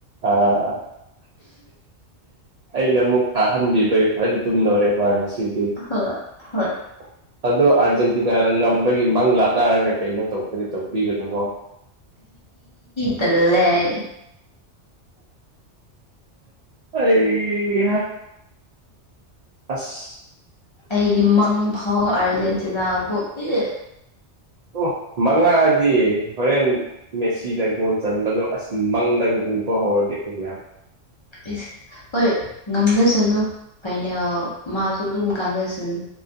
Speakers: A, on the right; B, on the left.
A: ꯑꯥ ꯑꯩꯅ ꯑꯃꯨꯛ ꯇꯥꯍꯟꯕꯤꯕꯩ ꯐꯖꯅ ꯇꯨꯝꯗꯣꯔꯦꯕ ꯉꯁꯤꯗꯤ
B: ꯎꯝ ꯍꯣꯏ
A: <inaudible> ꯑꯗꯣ ꯑꯥꯔꯖꯦꯟꯇꯤꯅꯥꯗ ꯉꯝꯕꯒꯤ ꯃꯪ ꯂꯥꯠꯅꯔꯒ ꯀꯩꯅꯣ ꯇꯧꯕꯗꯤ ꯇꯧꯕꯤꯒꯅꯨꯀꯣ
B: ꯇꯜꯂꯦ‌ ‌ꯑꯩ
A: ꯑꯩꯍꯥ ꯑꯁ
B: ꯑꯩꯒꯤ ꯃꯡꯐꯥꯎ ꯑꯥꯔꯖꯦꯟꯇꯤꯅꯥꯕꯨ ꯎꯥꯏ
A: ꯑꯣ ꯃꯉꯥꯡꯑꯗꯤ ꯍꯣꯔꯦꯟ ꯃꯦꯁꯤꯅ ꯒꯣꯜ ꯆꯟꯕꯗꯣ ꯑꯁ ꯃꯪꯗꯒ ꯎꯕ ꯍꯧꯔꯗꯤ ꯑꯦꯌꯥ
B: ꯏꯁ ꯍꯣꯏ ꯉꯝꯖꯁꯅꯨ ꯀꯩꯅꯣ ꯃꯥꯁꯨ ꯑꯗꯨꯝ ꯀꯥꯖꯁꯅꯨ